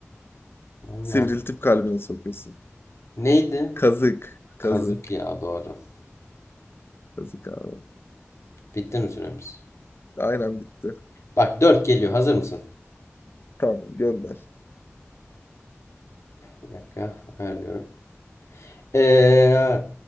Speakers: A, on the left; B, on the left.
A: Allah
B: Sivriltip
A: Allah.
B: kalbine sokuyorsun.
A: Neydi?
B: Kazık. Kazık.
A: Kazık ya doğru.
B: Kazık abi.
A: Bitti mi süremiz?
B: Aynen bitti.
A: Bak 4 geliyor. Hazır mısın?
B: Tamam gönder.
A: Bir dakika ayarlıyorum. Ee,